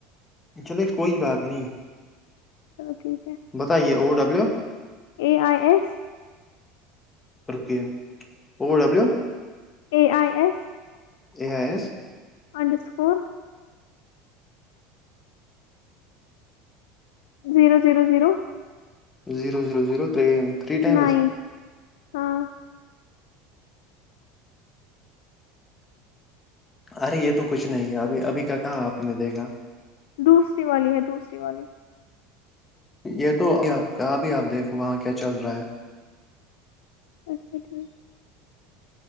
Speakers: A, on the left; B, on the left.
A: چلے کوئی بات نہیں
B: چلو ٹھیک ہے
A: بتائیے O W
B: A I S
A: okay O W
B: A I S
A: ا ہے
B: underscore zero zero zero
A: zero zero zero three times
B: ninth ہاں
A: ارے یہ تو کچھ نہیں ہے ابھی ابھی کا کہاں آپ نے دیکھا
B: دوسری والی ہے دوسری والی
A: یہ تو ابھی آپ ابھی آپ دیکھو وہاں کیا چل رہا ہے
B: اچھا ٹھیک